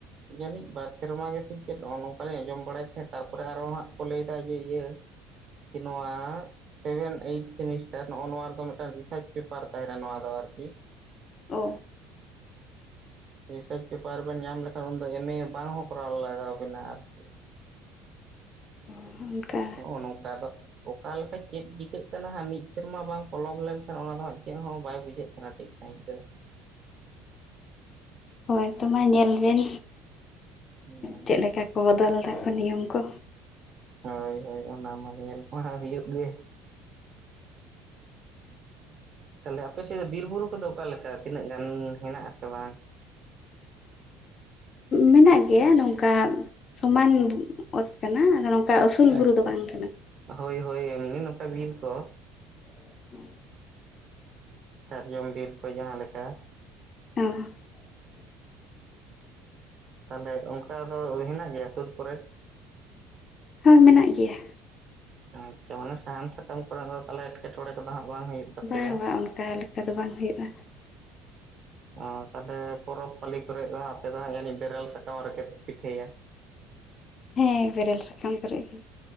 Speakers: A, on the right; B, on the left.
A: ᱡᱟᱹᱱᱤᱡ ᱵᱟᱨ ᱥᱮᱨᱢᱟ ᱜᱮᱥᱮ ᱪᱮᱫ ᱱᱚᱜᱼᱚ ᱱᱚᱝᱠᱟ ᱞᱤᱧ ᱟᱸᱡᱚᱢ ᱵᱟᱲᱟᱭ ᱛᱟᱦᱮᱸᱫ ᱛᱟᱨᱯᱚᱨᱮ ᱟᱨᱦᱚᱸ ᱦᱟᱸᱜ ᱠᱚ ᱞᱟᱹᱭᱫᱟ ᱡᱮ ᱤᱭᱟᱹ ᱠᱤ ᱱᱚᱣᱟ ᱥᱮᱵᱷᱮᱱ ᱮᱭᱤᱴ ᱥᱮᱢᱤᱥᱴᱟᱨ ᱱᱚᱜᱼᱚ ᱱᱚᱣᱟ ᱨᱮᱫᱚ ᱢᱤᱫᱴᱟᱱ ᱨᱤᱥᱟᱨᱪ ᱯᱮᱯᱟᱨ ᱛᱟᱸᱦᱮᱱᱟ ᱱᱚᱣᱟ ᱫᱚ ᱟᱨᱠᱤ
B: ᱚ
A: ᱨᱤᱥᱟᱨᱪ ᱯᱮᱯᱟᱨ ᱵᱮᱱ ᱧᱟᱢ ᱞᱮᱠᱷᱟᱱ ᱩᱱᱫᱚ ᱮᱢ ᱮ ᱵᱟᱝ ᱦᱚᱸ ᱠᱚᱨᱟᱣ ᱞᱟᱜᱟᱣ ᱵᱤᱱᱟ ᱟᱨᱠᱤ
B: ᱚᱱᱠᱟ
A: ᱱᱚᱜᱼᱚ ᱱᱚᱝᱠᱟ ᱟᱫᱚ ᱚᱠᱟ ᱞᱮᱠᱟ ᱪᱮᱫ ᱪᱤᱠᱟᱹᱜ ᱠᱟᱱᱟ ᱦᱟᱸᱜ ᱢᱤᱫ ᱥᱮᱨᱢᱟ ᱵᱟᱝ ᱯᱚᱞᱚᱢ ᱞᱮᱱᱠᱷᱟᱱ ᱚᱱᱟ ᱫᱚ ᱦᱟᱸᱜ ᱪᱮᱫ ᱦᱚᱸ ᱵᱟᱭ ᱵᱩᱡᱷᱟᱹᱜ ᱠᱟᱱᱟ ᱴᱷᱤᱠ ᱥᱟᱺᱦᱤᱡ ᱫᱚ
B: ᱦᱳᱭ ᱛᱚ ᱢᱟ ᱧᱮᱞ ᱵᱮᱱ
A: ᱦᱩᱸ
B: ᱪᱮᱫ ᱞᱮᱠᱟ ᱵᱚᱫᱚᱞ ᱫᱟᱠᱚ ᱱᱤᱭᱚᱢ ᱠᱚ
A: ᱦᱳᱭ ᱦᱳᱭ ᱚᱱᱟ ᱢᱟ ᱧᱮᱞ ᱢᱟ ᱦᱟᱸᱜ ᱦᱩᱭᱩᱜ ᱜᱮ ᱛᱟᱦᱚᱞᱮ ᱟᱯᱮ ᱥᱮᱫ ᱫᱚ ᱵᱤᱨ ᱵᱩᱨᱩ ᱠᱚᱫᱚ ᱚᱠᱟ ᱞᱮᱠᱟ ᱛᱤᱱᱟᱹᱜ ᱜᱟᱱ ᱦᱮᱱᱟᱜ-ᱟ ᱥᱮ ᱵᱟᱝ
B: ᱢᱮᱱᱟᱜ ᱜᱮᱭᱟ ᱱᱚᱝᱠᱟ ᱥᱚᱢᱟᱱ ᱚᱛ ᱠᱟᱱᱟ ᱟᱫᱚ ᱱᱚᱝ ᱠᱟ ᱩᱥᱩᱞ ᱵᱩᱨᱩ
A: ᱟᱪᱪᱷᱟ
B: ᱫᱚ ᱵᱟᱝ ᱠᱟᱱᱟ
A: ᱦᱳᱭ ᱦᱳᱭ ᱮᱢᱱᱤ ᱱᱚᱝᱠᱟ ᱵᱤᱨ ᱠᱚ
B: <inaudible>
A: ᱥᱟᱨᱡᱚᱢ ᱵᱤᱨ ᱠᱚ ᱡᱟᱦᱟᱸ ᱞᱮᱠᱟ
B: ᱚᱸ
A: ᱛᱟᱦᱚᱞᱮ ᱚᱱᱠᱟ ᱫᱚ ᱦᱮᱱᱟᱜ ᱜᱮᱭᱟ ᱥᱩᱨ ᱠᱚᱨᱮ
B: ᱦᱚᱸ ᱢᱮᱱᱟᱜ ᱜᱮᱭᱟ
A: ᱟᱪᱪᱷᱟ ᱢᱟᱱᱮ ᱥᱟᱦᱟᱱ ᱥᱟᱠᱟᱢ ᱠᱚᱨᱮᱱᱟᱜ ᱫᱚ ᱛᱟᱞᱦᱮ ᱮᱴᱠᱮᱴᱚᱬᱮ ᱠᱚᱫᱚ ᱦᱟᱸᱜ ᱵᱟᱝ ᱦᱩᱭᱩᱜ ᱛᱟᱯᱮᱭᱟ
B: ᱵᱟᱝ ᱵᱟᱝ ᱚᱱᱠᱟ ᱞᱮᱠᱟ ᱫᱚ ᱵᱟᱝ ᱦᱩᱭᱩᱜᱼᱟ
A: ᱟ ᱛᱟᱦᱚᱞᱮ ᱯᱚᱨᱚᱵᱽ ᱯᱟᱹᱞᱤ ᱠᱚᱨᱮᱫ ᱫᱚ ᱦᱟᱸᱜ ᱟᱯᱮ ᱫᱚ ᱦᱟᱸᱜ ᱡᱟᱹᱱᱤᱡ ᱵᱮᱨᱮᱞ ᱥᱟᱠᱟᱢ ᱨᱮᱜᱮ ᱯᱮ ᱯᱤᱴᱷᱟᱹᱭᱟ
B: ᱦᱮᱸ ᱵᱮᱨᱮᱞ ᱥᱟᱠᱟᱢ ᱠᱚᱨᱮᱜ ᱜᱮ